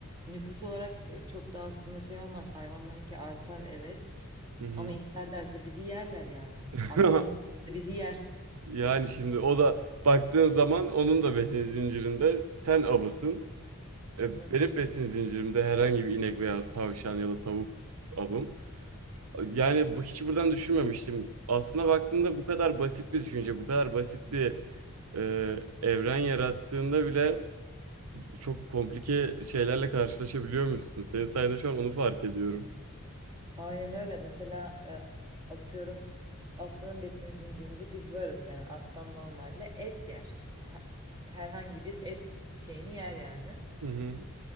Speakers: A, on the right; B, on the right.
A: nüfus olarak e, çok da aslında şey olmaz. Hayvanlarınki artar evet.
B: Hı hı.
A: Ama isterlerse bizi yerler yani.
B: <laughs>
A: Aslan isterse bizi yer.
B: Yani şimdi o da baktığın zaman onun da besin zincirinde sen avısın. E,
A: Hı hı.
B: Benim besin zincirimde herhangi bir inek veya tavşan ya da tavuk avım. Yani bu hiç buradan düşünmemiştim. Aslına baktığında bu kadar basit bir düşünce, bu kadar basit bir e, evren yarattığında bile çok komplike şeylerle karşılaşabiliyormuşsun. Senin sayede şu an onu fark ediyorum.
A: Aynen öyle. Mesela e, atıyorum aslanın besin zincirinde biz varız. Yani aslan normalde et yer. Ha- Herhangi bir et şeyini yer yani.
B: Hı hı.